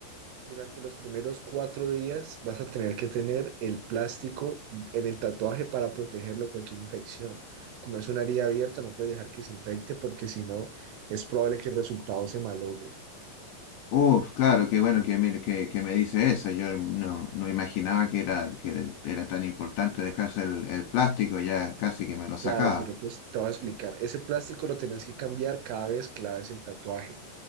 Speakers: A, on the right; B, on the left.
A: Durante los primeros cuatro días vas a tener que tener el plástico en el tatuaje para protegerlo de cualquier infección. Como es una herida abierta, no puedes dejar que se infecte porque si no, es probable que el resultado se malogre.
B: Uf, claro, qué bueno que, mire, que, que me dice eso. Yo no, no imaginaba que era, que era tan importante dejarse el, el plástico, ya casi que me lo sacaba.
A: Claro, pero pues te voy a explicar. Ese plástico lo tenías que cambiar cada vez que laves el tatuaje.